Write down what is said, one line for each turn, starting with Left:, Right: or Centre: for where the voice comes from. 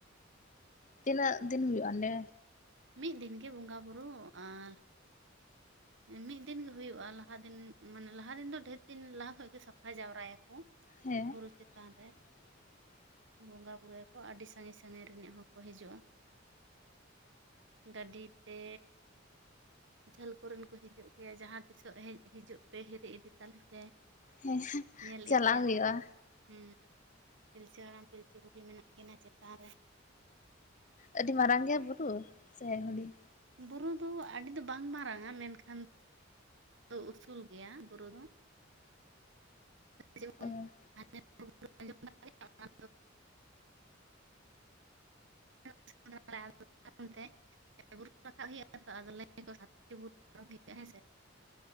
Left: ᱛᱤᱱᱟᱹᱜ ᱫᱤᱱ ᱦᱩᱭᱩᱜᱼᱟ ᱚᱸᱰᱮ
Right: ᱢᱤᱫ ᱫᱤᱱᱜᱮ ᱵᱚᱸᱜᱟᱼᱵᱩᱨᱩ ᱟᱨ ᱢᱤᱫ ᱫᱤᱱ ᱜᱮ ᱦᱩᱭᱩᱜᱼᱟ ᱞᱟᱦᱟ ᱫᱤᱱ ᱢᱟᱱᱮ ᱞᱟᱦᱟ ᱫᱤᱱ ᱫᱚ ᱰᱷᱮᱨ ᱫᱤᱱ ᱞᱟᱦᱟ ᱠᱷᱚᱱᱚ ᱜᱮ ᱥᱟᱯᱷᱟ ᱡᱟᱣᱨᱟᱭᱟ ᱠᱚ
Left: ᱦᱮᱸ
Right: ᱵᱩᱨᱩ ᱪᱮᱛᱟᱱ
Left: <inaudible>
Right: ᱵᱚᱸᱜᱟᱼᱵᱩᱨᱩᱭᱟᱠᱚ ᱟᱹᱰᱤ ᱥᱟᱺᱜᱤᱧ ᱥᱟᱺᱜᱤᱧ ᱨᱤᱱᱤᱡ ᱦᱚᱲ ᱠᱚ ᱦᱤᱡᱩᱜᱼᱟ ᱜᱟᱹᱰᱤ ᱛᱮ ᱡᱷᱟᱞ ᱠᱚᱨᱮᱱ ᱠᱚ ᱦᱤᱡᱩᱜ ᱜᱮᱭᱟ ᱡᱟᱦᱟᱸ ᱛᱤᱥᱚᱜ ᱦᱮᱡ ᱦᱤᱡᱩᱜ ᱯᱮ ᱦᱤᱨᱤ ᱤᱫᱤ ᱛᱟᱞᱮ ᱯᱮ
Left: ᱦᱮᱸ
Right: ᱧᱮᱞ
Left: ᱪᱟᱞᱟᱣ
Right: ᱤᱫᱤᱭᱟᱯᱮ
Left: ᱦᱩᱭᱩᱜᱼᱟ
Right: ᱦᱩᱸ ᱯᱤᱞᱪᱩ ᱦᱟᱲᱟᱢ ᱯᱤᱞᱪᱩ ᱵᱩᱲᱦᱤ ᱢᱮᱱᱟᱜ ᱠᱤᱱᱟᱹ ᱪᱮᱛᱟᱱ ᱨᱮ
Left: ᱟᱹᱰᱤ ᱢᱟᱨᱟᱝ ᱜᱮᱭᱟ ᱵᱩᱨᱩ ᱥᱮ ᱦᱩᱰᱤᱝ
Right: ᱵᱩᱨᱩ ᱫᱚ ᱟᱹᱰᱤ ᱫᱚ ᱵᱟᱝ ᱢᱟᱨᱟᱝ-ᱟ ᱢᱮᱱᱠᱷᱟᱱ ᱫᱚ ᱩᱥᱩᱞ ᱜᱮᱭᱟ ᱵᱩᱨᱩ ᱫᱚ ᱡᱮᱢᱚᱱ
Left: ᱚ ᱻ
Right: ᱛᱟᱭᱚᱢᱛᱮ ᱵᱩᱨᱩ ᱟᱸᱡᱚᱢ ᱫᱟᱲᱮᱭᱟᱜᱼᱟ, ᱚᱱᱟ <inaudible> ᱵᱩᱨᱩ ᱨᱟᱠᱟᱵ ᱦᱩᱭᱩᱜᱼᱟ ᱟᱫᱚ ᱞᱟᱹᱭ ᱟᱠᱚ ᱥᱟᱛᱴᱤ ᱵᱩᱨᱩ ᱯᱟᱨᱚᱢ ᱦᱩᱭᱩᱜᱼᱟ ᱦᱮᱸ ᱥᱮ